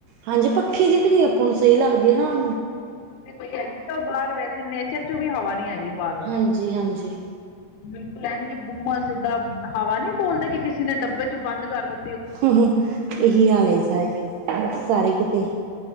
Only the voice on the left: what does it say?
ਈ ਹੈਗੀ ਤਾਂ ਬਾਹਰ ਵੈਸੇ ਨੇਚਰ ਚੋਂ ਵੀ ਹਵਾ ਨੀ ਹੈਗੀ। ਬਾਹਰੋਂ
ਬਿਲਕੁਲ ਇਂਝ ਬੂਮਸ ਸਿੱਧਾ ਹਵਾ ਨੀ ਬੋਲਦੇ ਕਿ ਕਿਸੇ ਨੇ ਡੱਬੇ ਚੋਂ ਬੰਦ ਕਰ ਲ